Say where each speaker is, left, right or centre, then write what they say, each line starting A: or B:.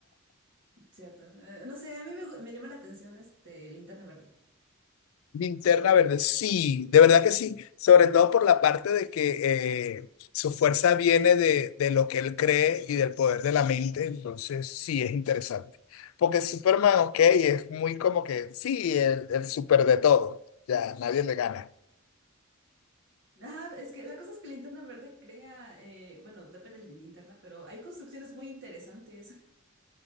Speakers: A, on the right; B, on the left.
A: Cierto. Eh, no sé, a mí me, gu- me llama la atención este linterna verde.
B: Linterna Verde, sí, de verdad que sí, sobre todo por la parte de que eh, su fuerza viene de, de lo que él cree y del poder de la mente, entonces sí es interesante. Porque Superman, ok, es muy como que, sí, el, el super de todo, ya nadie le gana.
A: Ajá, es que la cosa es que linterna verde crea, eh, bueno, depende de la linterna, pero hay construcciones muy interesantes. <laughs>